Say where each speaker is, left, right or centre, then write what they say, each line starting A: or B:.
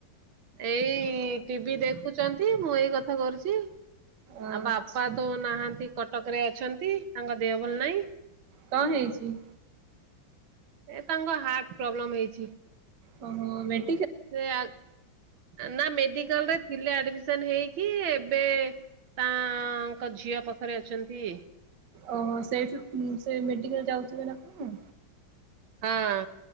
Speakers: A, on the right (about 85°); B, on the right (about 65°).
A: ଏଇ ଟିଭି ଦେଖୁଛନ୍ତି ମୁଁ ଏଇ କଥା କରୁଛି।
B: ଆଚ୍ଛା।
A: ଆଉ ବାପା ତ ନାହାନ୍ତି କଟକ ରେ ଅଛନ୍ତି ତାଙ୍କ ଦେହ ଭଲ ନାହିଁ।
B: କଅଁ ହେଇଛି।
A: ଏ ତାଙ୍କ ହାର୍ଟ ପ୍ରୋବ୍ଲେମ୍ ହେଇଛି।
B: ଓ ହୋ ମେଡ୍।
A: ସେ ଆ ନା ମେଡିକାଲ ରେ ଥିଲେ ଆଡମିସ ହେଇକି ଏବେ। ତା ଆ ଙ୍କ ଝିଅ ପାଖରେ ଅଛନ୍ତି।
B: ଓହୋ ସେଇଠୁ ମୁଁ ସେ ମେଡିକାଲ ଯାଉଥିବେ ନା କଣ।
A: ହଁ ହଁ